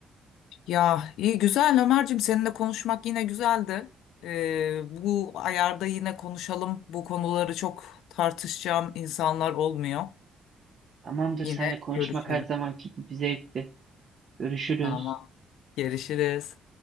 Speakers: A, on the left; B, on the right.
A: Ya iyi güzel Ömerciğim seninle konuşmak yine güzeldi. E, bu ayarda yine konuşalım. Bu konuları çok tartışacağım insanlar olmuyor.
B: Tamamdır,
A: Yine
B: seninle konuşmak
A: görüşelim.
B: her zamanki gibi bir zevkti. Görüşürüz.
A: Tamam. Görüşürüz.